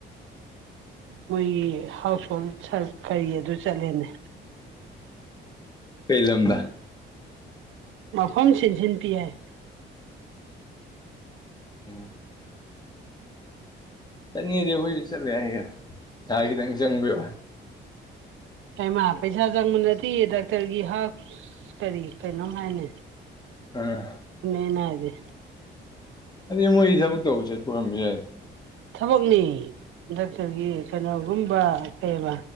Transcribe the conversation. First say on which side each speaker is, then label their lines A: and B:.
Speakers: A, on the right; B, on the left.
A: ꯃꯣꯏꯒꯤ ꯍꯥꯎꯁ ꯍꯣꯜꯔ ꯀꯔꯤ ꯑꯗꯨ ꯆꯠꯂꯦꯅꯦ
B: ꯀꯩ ꯂꯝꯗ
A: ꯃꯐꯝ ꯁꯤꯟꯁꯤꯟ ꯄꯤ ꯍꯥꯏ
B: ꯎꯝ ꯆꯠꯅꯤꯡꯉꯗꯤ ꯑꯩꯈꯣꯏꯁꯨ ꯆꯠꯂꯦ ꯑꯩꯒ ꯄꯩꯁꯥ ꯈꯤꯇꯪ ꯆꯪꯕꯤꯕ
A: ꯍꯃ ꯄꯩꯁꯥ ꯆꯪꯕ ꯅꯠꯇꯦꯌꯦ ꯗꯥꯛꯇꯔꯒꯤ ꯍꯛ ꯀꯔꯤ ꯀꯩꯅꯣꯝ ꯍꯥꯏꯅꯤ
B: ꯑꯥ
A: ꯏꯦꯅ ꯍꯥꯏꯗꯤ
B: ꯑꯗꯨ ꯃꯣꯏ ꯊꯕꯛ ꯇꯧꯕ ꯆꯠꯄꯔꯝꯝꯕꯁꯨ ꯌꯥꯏ
A: ꯊꯕꯛꯅꯤ ꯗꯥꯛꯇꯔꯒꯤ ꯀꯩꯅꯣꯒꯨꯝꯕ ꯀꯩꯕ